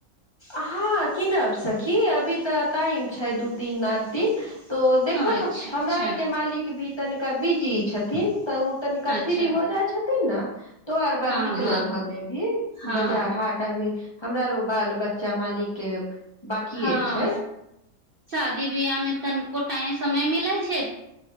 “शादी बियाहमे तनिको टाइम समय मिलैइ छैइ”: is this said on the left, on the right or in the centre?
Right